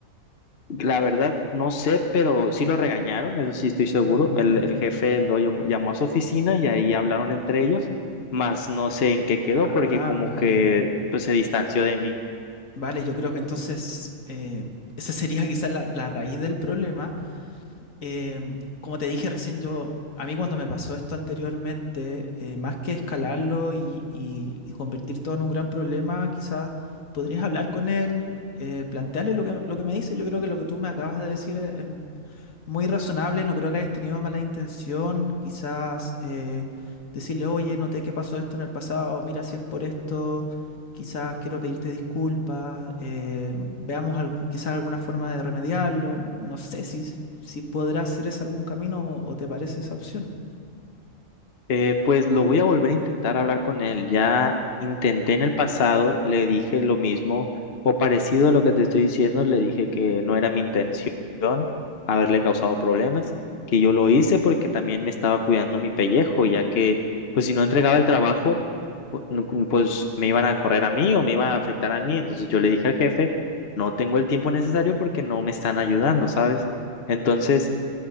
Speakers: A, on the left; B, on the left.
A: la verdad, no sé, pero sí lo regañaron, eso sí estoy seguro.
B: Ah,
A: El, el jefe lo llam- llamó a su oficina y ahí hablaron entre ellos, más no sé en qué quedó
B: Ah,
A: porque como
B: vale.
A: que pues, se distanció de mí.
B: Vale, yo creo que entonces eh, esa sería quizás la, la raíz del problema. Eh, como te dije recién, yo, a mí cuando me pasó esto anteriormente, eh, más que escalarlo y, y- y convertir todo en un gran problema, quizás podrías hablar con él, eh, plantearle lo que, lo que me dice. Yo creo que lo que tú me acabas de decir es, es muy razonable, no creo que hayas tenido mala intención. Quizás eh, decirle, oye, noté que pasó esto en el pasado, mira si es por esto quizás quiero pedirte disculpas, eh, veamos algún- quizás alguna forma de remediarlo, no sé si, si podrás hacer ese algún camino o o te parece esa opción.
A: Eh, pues lo voy a volver a intentar hablar con él. Ya intenté en el pasado, le dije lo mismo o parecido a lo que te estoy diciendo, le dije que no era mi intención haberle causado problemas, que yo lo hice porque también me estaba cuidando mi pellejo, ya que pues si no entregaba el trabajo, pu- no- cu- pues me iban a correr a mí o me iba a afectar a mí. Entonces yo le dije al jefe, no tengo el tiempo necesario porque no me están ayudando, ¿sabes? Entonces...